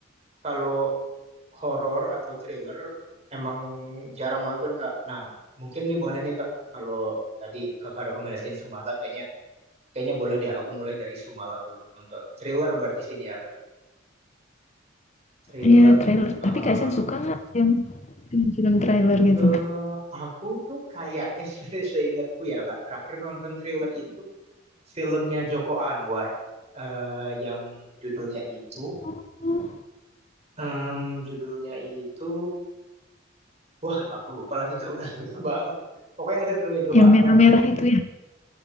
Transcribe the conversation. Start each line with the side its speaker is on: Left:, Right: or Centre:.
Right: kalau horor atau thriller emang jarang nonton, Kak. Nah, mungkin nih boleh nih, Kak. Kalau tadi Kakak rekomendasiin Sumala kayaknya kayaknya boleh deh aku mulai dari Sumala dulu nonton. Thriller berarti sini ya, Kak. Thriller.
Left: Iya trailer,
Right: Eh,
Left: tapi Kak Isan suka nggak yang film-film trailer gitu?
Right: se- aku tuh kayaknya <laughs> se- seingatku ya, Kak. Terakhir nonton thriller itu filmnya Joko Anwar eh, yang judulnya itu
Left: Oh,
Right: em, judulnya itu wah aku lupa lagi kak udah <laughs> lupa banget pokoknya ada filmnya Joko
Left: yang
Right: Anwar
Left: merah-merah itu ya?